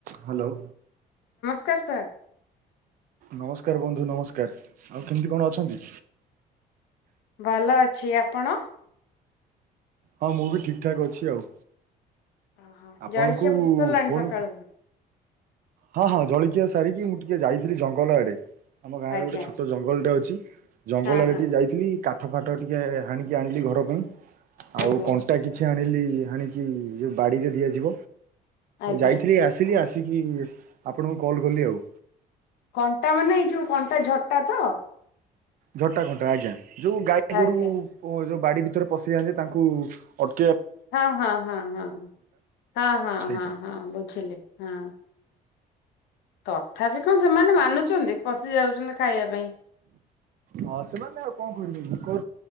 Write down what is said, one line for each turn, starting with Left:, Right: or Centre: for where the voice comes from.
Right: Hello.
Left: ନମସ୍କାର sir.
Right: ନମସ୍କାର ବନ୍ଧୁ ନମସ୍କାର ଆଉ କେମିତି କଣ ଅଛନ୍ତି?
Left: ଭଲ ଅଛି, ଆପଣ?
Right: ହଁ ମୁଁ ବି ଠିକ ଠାକ୍ ଅଛି, ଆଉ
Left: ଓହୋ
Right: ଆପଣଙ୍କୁ
Left: ଜଳଖିଆ ପତ୍ର ସରିଲାଣି
Right: ଫୋନ
Left: ସକାଳୁ
Right: ହଁ ହଁ ଜଳିକିଆ ସାରିକି ମୁଁ ଟିକେ ଯାଇଥିଲି ଜଙ୍ଗଲ ଆଡେ। ଆମ ଗାଁରେ
Left: ଆଜ୍ଞା
Right: ଗୋଟେ ଛୋଟ ଜଙ୍ଗଲ ଟା ଅଛି ଜଙ୍ଗଲ
Left: ହଁ
Right: ଆଡେ
Left: ହଁ
Right: ଟିକେ ଯାଇଥିଲି କାଠ ଫାଠ ଟିକେ ହନିକି ଆଣିଲି ଘର ପାଇଁ ଆଉ
Left: ଆଜ୍ଞା।
Right: କଣ୍ଟା କିଛି ଆଣିଲି ଆଣିକି ଯଉ ବାଡିରେ ଦିଆଯିବ
Left: ଆଜ୍ଞା
Right: ଯାଇଥିଲି ଆସିଲି ଆସିକି ଆପଣଙ୍କୁ କଲ୍ କଲି ଆଉ।
Left: କଣ୍ଟା ମାନେ ଏଇ ଯୋଉ କଣ୍ଟା ଝଟା ତ
Right: ଝଟା ଘଣ୍ଟା ଆଜ୍ଞା ଯୋଉ ଗାଈ ଗୋରୁ
Left: ଆଜ୍ଞା
Right: ଯୋଉ ବାଡି ଭିତରେ ପଶି ଯାଆନ୍ତି ତାଙ୍କୁ ଅ
Left: ହଁ ହଁ ହଁ ହଁ ହଁ ହଁ
Right: ସେଇଟା।
Left: ହଁ ହଁ ବୁଝିଲି ହଁ। ତଥାପି କଣ ସେମାନେ ମାନୁଛନ୍ତି ପଶି ଯାଉଛନ୍ତି ଖାଇବା ପାଇଁ।
Right: ହଁ ସେମାନେ ଆଉ କଣ କରିବେ ମୁଖ